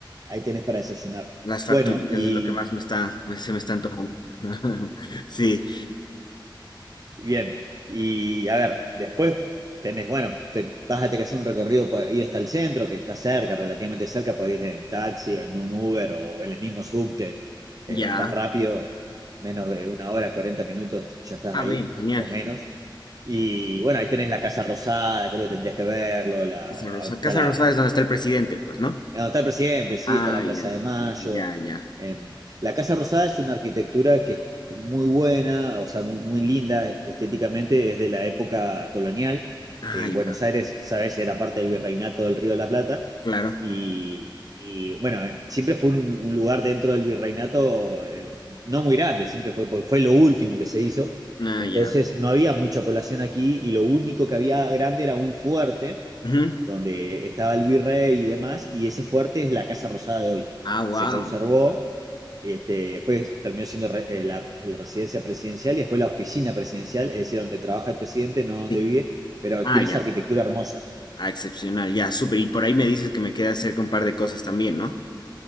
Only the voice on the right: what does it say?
ahí tenés para desayunar.
Bueno, y
Bien, y a ver, después tenés, bueno, te, vas a tener que hacer un recorrido para ir hasta el centro, que está cerca, relativamente cerca, podés ir en taxi o en un Uber o en el mismo subte,
eh, estás rápido, menos de una hora, 40 minutos, ya estás
ahí,
o menos. Y bueno, ahí tenés la Casa Rosada, creo que tendrías que verlo, la,
donde está
la,
no, está el presidente, sí,
está la
Plaza de Mayo.
Eh, la Casa Rosada es una arquitectura que es muy buena, o sea, muy, muy linda estéticamente, es de la época colonial.
Eh,
Buenos Aires, sabes, era parte del virreinato del Río de la Plata.
Y, y, bueno, eh, siempre fue un, un lugar dentro del virreinato eh, no muy grande, siempre fue, porque fue lo último que se hizo.
Entonces
no había mucha población aquí y lo único que había grande era un fuerte
donde estaba el virrey y demás, y ese fuerte es la Casa Rosada de hoy.
Se conservó, este, después terminó siendo re- eh, la, la residencia presidencial y después la oficina presidencial, es decir, donde trabaja el presidente, no donde
vive, pero
tiene
esa arquitectura hermosa.